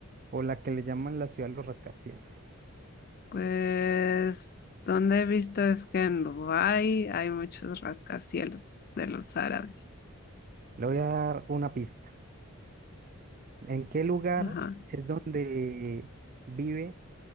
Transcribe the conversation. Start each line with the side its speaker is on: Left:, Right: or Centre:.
Right: O la que le llaman la ciudad de los rascacielos.
Left: pues, donde he visto es que en Dubái hay muchos rascacielos de los árabes.
Right: Le voy a dar una pista. ¿En qué lugar
Left: Ajá.
Right: es donde vive